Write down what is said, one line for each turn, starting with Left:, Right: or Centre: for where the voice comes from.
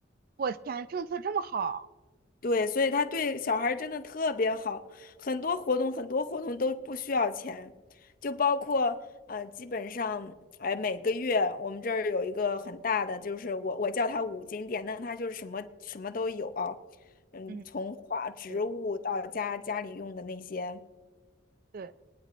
Right: 我天，政策这么好！
Left: 对，所以他对小孩儿真的特别好，很多活动很多活动都不需要钱，就包括呃，基本上哎每个月我们这儿有一个很大的，就是我我叫它五金店，但它就是什么什么都有啊，嗯，
Right: 嗯，
Left: 从花植物到家家里用的那些
Right: 对，对，